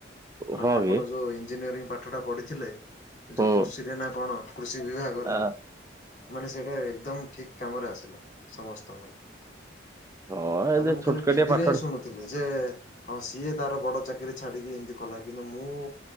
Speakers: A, on the left; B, on the right.
A: ମାନେ
B: ହଁ
A: ଆପଣ
B: କି
A: ଯୋଉ ଇଞ୍ଜିନିୟରିଂ ପାଠଟା ପଢିଥିଲେ। ଯୋଉ
B: ହୁଁ।
A: କୃଷିରେ ନା କଣ କୃଷି ବିଭାଗରେ
B: ଆ
A: ମାନେ ସେଇଟା ଏକଦମ ଠିକ। କାମରେ ଆସିଲା ସମସ୍ତଙ୍କର
B: ହଁ ହଁ
A: ମାନେ
B: ଏ
A: ମୁଁ
B: ଛୋଟକାଟିଆ
A: ଖାଲି ଟିଭିରେ
B: ପାଠଟେ
A: ହିଁ ଶୁଣୁ ଥିଲି ଯେ ସିଏ ତାର ବଡ ଚାକିରି ଛାଡିକି ଏମିତି କଲା କିନ୍ତୁ ମୁଁ